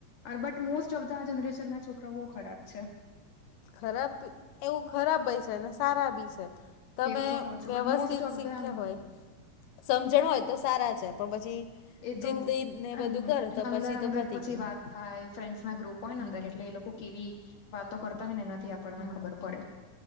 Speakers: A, on the left (about 70°); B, on the left (about 85°).
A: અર બટ મોસ્ટ ઓફ ધ આ જનરેશન ના છોકરાઓ ખરાબ છે.
B: ખરાબ એવું ખરાબ બય છે, અને સારા બી છે. તમે
A: એ તો કઉ છું
B: વ્યવસ્થિત
A: બટ મોસ્ટ ઓફ
B: શીખ્યા
A: ધ એમ
B: હોય સમજણ હોય તો સારા છે, પણ પછી
A: એ તો
B: જીદને બધું
A: એમ
B: કરો તો
A: અંદર
B: પછી તો
A: અંદર
B: પતી
A: પછી
B: ગયું
A: વાત થાય ફ્રેન્ડસના ગ્રુપ હોય
B: હમ
A: ને અંદર એટલે એ લોકો કેવી વાતો કરતા હોય ને એનાથી આપણને
B: હમ
A: ખબર પડે